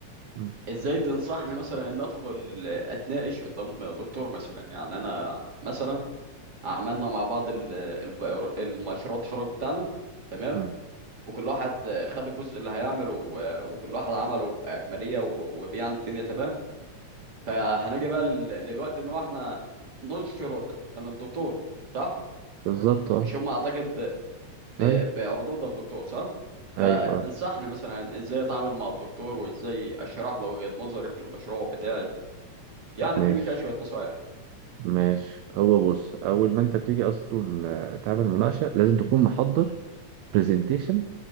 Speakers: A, on the right; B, on the right.
A: م-
B: ازاي تنصحني مثلا ان ادخل اتناقش قدام دكتور مثلا يعني انا مثلا عملنا مع بعض ال- الب- المشروع التخرج بتاعنا تمام
A: م.
B: وكل واحد خد الجزء اللي هيعمله و- وكل واحد عمله بأكملية و- وبيعني الدنيا تمام فهنجي بقى لل- للوقت ان هو احنا ننشر قدام الدكتور صح
A: بالظبط اه
B: مش هم اعتقد ب-
A: أيوة
B: بردود الدكتور صح؟
A: أيوة
B: فانصحني
A: آه.
B: مثلا ازاي اتعامل مع الدكتور وازاي اشرح له وجهة نظري في المشروع بتاعي يعني
A: طب
B: اديني
A: ماشي
B: كده شوية نصايح
A: ماشي هو بص أول ما أنت بتيجي أصلا آه، تعمل مناقشة لازم تكون محضر برزنتيشن